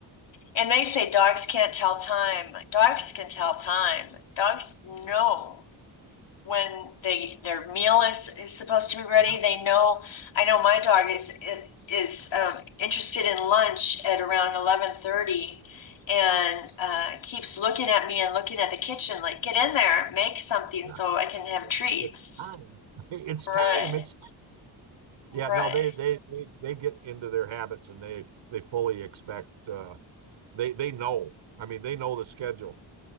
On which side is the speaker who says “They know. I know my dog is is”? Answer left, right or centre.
Left